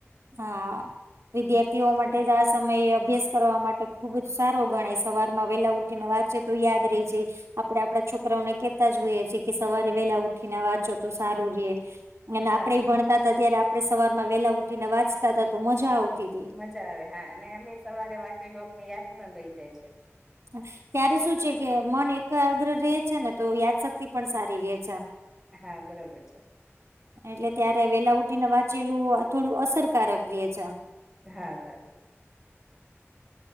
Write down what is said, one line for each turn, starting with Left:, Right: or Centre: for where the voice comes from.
Right: હા વિદ્યાર્થીઓ માટે જ આ સમયે અભ્યાસ કરવા માટે ખુબ જ સારો ગણાય સવારમાં વેલા ઉઠીને વાંચ તો યાદ રહી જાય આપણેે આપડા છોકરાઓને કે જો હોઈએી કે સવારે વેલા ઉઠીને વાંચો તો સારું રે અને
Centre: હા
Right: આપણે ભણ હતા ત્યારે આપડણે સવારમાં વેલા ઉઠીને વાંચતા હતા તો મજા આવતી હતી
Centre: મજા આવે હા અને અમે સવારે વાંચેલોું આપને યાદ પણ રહી જાય છે
Right: અ ત્યારે શું છે કે મન એકાગ્ર રહે છે ને તો યાદશક્તિ પણ સારી ર છે
Centre: હા બરાબર છે
Right: એટલે ત્યારે વેલા ઉઠી ને વાંચેલું થોડું અસરકારક રે છે આમ
Centre: હા સારું